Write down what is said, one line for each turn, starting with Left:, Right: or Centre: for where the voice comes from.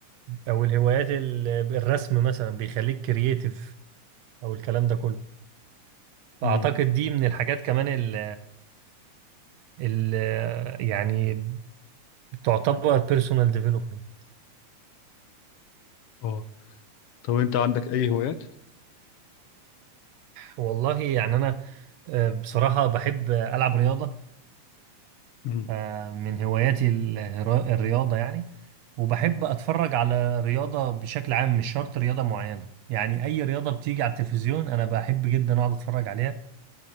Right: او الهوايات ال- الرسم مثلا بيخليك كرييتيف او الكلام ده كله فاعتقد
Left: امم
Right: دي من الحاجات كمان ال ال يعني تعتبر بيرسونال ديفلوبمنت
Left: اه طب انت عندك اي هوايات؟
Right: والله يعني انا آه، بصراحة بحب العب رياضة
Left: امم
Right: آه، من هواياتي الهرا- الرياضة يعني وبحب أتفرج على رياضة بشكل عام مش شرط رياضة معينة يعني أي رياضة بتيجي على التلفزيون أنا بحب جدا أقعد أتفرج عليها